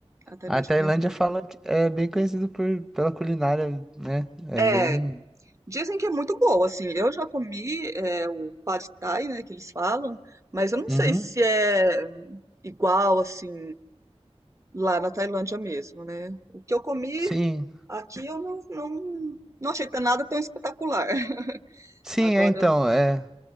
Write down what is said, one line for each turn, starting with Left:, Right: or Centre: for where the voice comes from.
Right: A Tailândia
Centre: A Tailândia
Right: tem, um,
Centre: fala que é bem conhecido por, pela culinária, né? É
Right: é,
Centre: bem.
Right: Dizem que é muito boa, assim. Eu já comi é, o pad thai, né, que eles falam, mas eu não
Centre: Uhum.
Right: sei se é igual, assim, lá na Tailândia mesmo, né? O que eu comi
Centre: Sim.
Right: aqui eu não, não, não achei tão- nada tão espetacular. <laughs>
Centre: Sim,
Right: Agora,
Centre: é então, é.